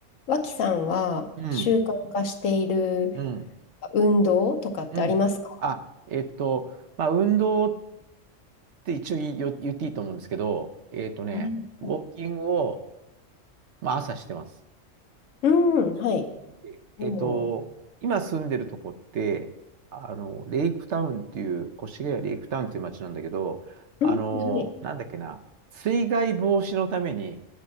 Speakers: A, on the left (about 80°); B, on the right (about 65°).
A: 脇さんは習慣化している
B: うん、うん、
A: 運動とかってありますか
B: うん。あ、えっと、まあ、運動って一応言いよ言っていいと思うんですけど、えっとね、
A: はい
B: ウォーキングを、まあ、朝してます。
A: うん、はい。
B: でえっと、
A: おー
B: 今住んでるとこって、あの、レイクタウンっていう、越谷レイクタウンっていう街なんだけど、あの、
A: うん、はい。
B: なんだっけな、水害防止のために、